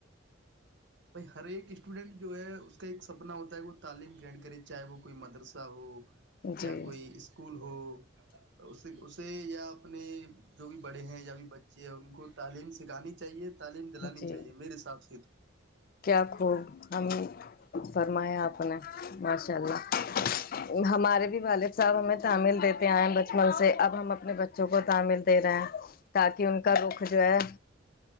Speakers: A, on the right; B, on the left.
A: بھائی ہر ایک اسٹوڈینٹ جو ہے اس کا ایک سپنا ہوتا ہے وہ تعلیم گن کرے چاہے وہ کوئی مدرسہ ہو
B: آپ جی
A: یا کوئی اسکول ہو اس اسے یا اپنے جو بھی بڑے ہیں یا بھی بچے ہیں ان کو تعلیم سکھانی چاہیے تعلیم دلانی
B: جی
A: چاہیے میرے حساب سے تو
B: کیا خوب ہم فرمایا آپ نے ماشاء اللہ ہمارے بھی والے سب ہمیں تعمیل دیتے آئئے بچپن سے اب ہم اپنے بچوں کو ملتے رہے تاکہ ان کا رخ جو ہے